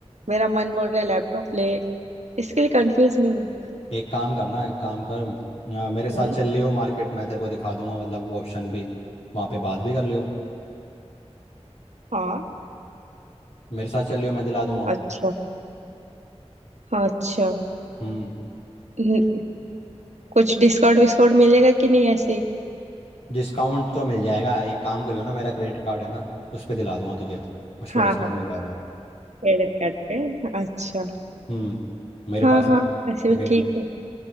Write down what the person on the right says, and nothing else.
मेरा मन बोल रहा है लैपटॉप ले इसके लिए कंफ्यूज में हूँ
हम्म,
हाँ
अच्छा हाँ, अच्छा
हम्म, कुछ डिस्काउंट विस्काउंट मिलेगा कि नहीं ऐसे ही
हाँ
हाँ
क्रेडिट कार्ड पे अच्छा
हाँ
हाँ
ऐसे भी ठीक है